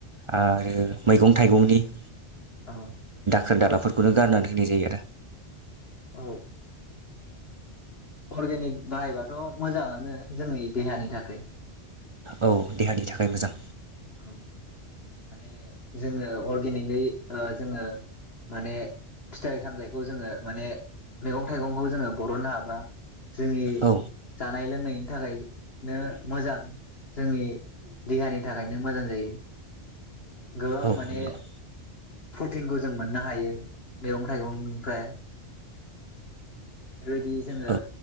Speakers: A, on the right; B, on the left.
A: आरो मैगं थाइगंनि <inaudible>
B: औ
A: खोनदा नखरफोरखौनो गारनानै होनाय जायो आरो
B: औ अर्गेनिक बाहायबाथ' मोजाङानो जोंनि देहानि थाखाय
A: औ देहानि थाखाय मोजां
B: औ माने जोङो अरगेनिकै ओ जोङो माने फिथाइ सामथाइखौ जोङो माने मैगं थाइगंखौ जोङो बरननो हाबा जोंनि
A: औ
B: जानाय लोंनाय थाखायनो मोजां जोंनि देहानि थाखायनो मोजां जायो गोबां
A: औ
B: माने
A: नंगौ
B: प्रटिनखौ जों मोननो हायो मैगं थाइगंनिफ्राय बेबायदि जोङो
A: औ